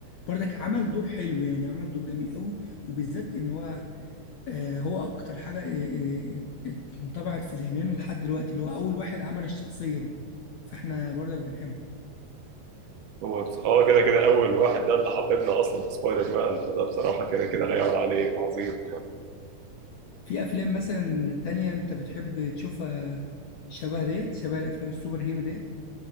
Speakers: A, on the left; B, on the right.
A: برضك عمل دور حلو يعني عمل دور جميل قوي وبالذات إن هو آه، هو أكتر حاجة آه، آه، آه، انطبعت في ذهننا لحد دلوقتي اللي هو أول واحد عمل الشخصية دي فإحنا برضك بنحبه
B: هو بس- اه كده كده اول واحد ده اللي حببنا اصلا في سبايدر مان فده بصراحه كده كده لا يعلى عليه عظيم
A: في أفلام مثلا تانية أنت بتحب تشوفها شبه ديت شبه الأفلام السوبر هيرو ديت